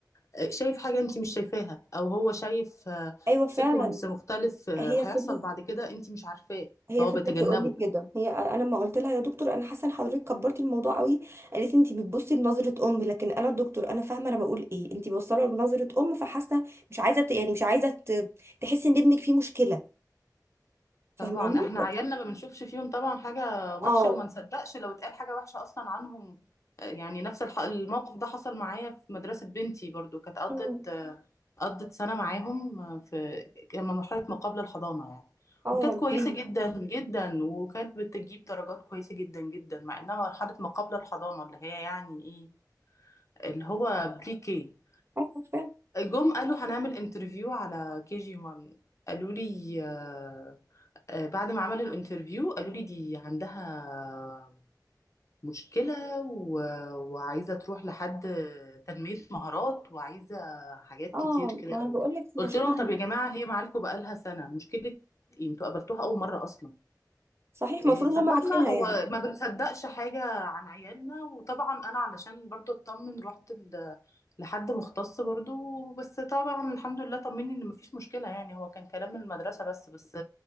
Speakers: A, on the left; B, on the right.
A: آه، شايف حاجه انت مش شايفاها او هو شايف
B: ايوه فعلا
A: سيكونس مختلف آه،
B: هي
A: هيحصل
B: فضلت
A: بعد كده انت مش عارفاه
B: هي
A: فهو
B: فضلت
A: بيتجنبه
B: تقول لي كده هي انا ما قلت لها يا دكتور انا حاسه ان حضرتك كبرتي الموضوع قوي قالت لي انت بتبصي لنظره ام لكن انا دكتور انا فاهمه انا بقول ايه انت بوصله لنظره ام فحاسه مش عايزه ت- يعني مش عايزه ت- تحسي ان ابنك فيه مشكله فاهماني
A: طبعا احنا
B: لكن
A: عيالنا ما بنشوفش فيهم طبعا حاجه وحشه
B: اه
A: وما نصدقش لو اتقال حاجه وحشه اصلا عنهم آه، يعني نفس الح- الموقف ده حصل معايا في مدرسه بنتي برضو كانت قضت
B: أمم،
A: قضت سنة معاهم في كان مرحلة ما قبل الحضانة يعني
B: اه
A: وكانت كويسة
B: بري
A: جدا جدا وكانت بتجيب درجات كويسة جدا جدا مع انها مرحلة ما قبل الحضانة اللي هي يعني ايه اللي هو بري كي
B: ايوه فاهم
A: جم قالوا هنعمل انترفيو على كي جي 1 قالوا لي آه، آه، بعد ما عملوا الانترفيو قالوا لي دي عندها مشكلة و... وعايزة تروح لحد تنمية مهارات وعايزة حاجات
B: اه
A: كتير كده
B: ما
A: قوي
B: انا بقول لك
A: قلت
B: مش
A: لهم
B: فاهمه
A: طب يا جماعة هي معاكم بقالها سنة مشكلة ايه انتوا قابلتوها أول مرة أصلا
B: صحيح المفروض
A: إيه، ففاهمة
B: هم عارفينها
A: هو
B: يعني
A: ما بنصدقش حاجة عن عيالنا وطبعا أنا علشان برضو أطمن رحت ال... لحد مختص برضو بس طبعا الحمد لله طمني ان مفيش مشكلة يعني هو كان كلام من المدرسة بس بس